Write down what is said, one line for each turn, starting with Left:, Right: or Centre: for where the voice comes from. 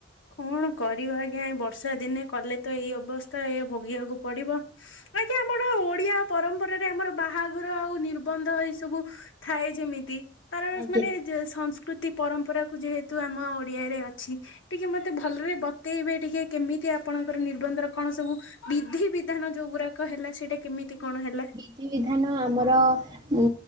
Left: କଣ କରିବା ଆଜ୍ଞା ଏ ବର୍ଷା ଦିନେ କଲେ ତ ଏଇ ଅବସ୍ଥା ଏ ଭୋଗିବାକୁ ପଡିବ। ଆଜ୍ଞା ଆମର ଓଡିଆ ପରମ୍ପରାରେ ଆମର ବାହାଘର ଆଉ ନିର୍ବନ୍ଧ ଏଇ ସବୁ। ଥାଏ ଯେମିତି। ତାର
Right: ଆଜ୍ଞା।
Left: ମାନେ ସଂସ୍କୃତି ପରମ୍ପରା କୁ ଯେହେତୁ ଆମ ଓଡିଆରେ ଅଛି। ଟିକେ ମତେ ଭଲରେ ବତେଇବେ ଟିକେ କେମିତି ଆପଣଙ୍କର ନିର୍ବନ୍ଧ ରେ କଣ ସବୁ ବିଧି ବି। ବିଧାନ ଯୋଉ ଗୁଡାକ ହେଲା ସେଇଟା କେମିତି କଣ ହେଲା।
Right: ବିଧିବିଧାନ ଆମର ଉ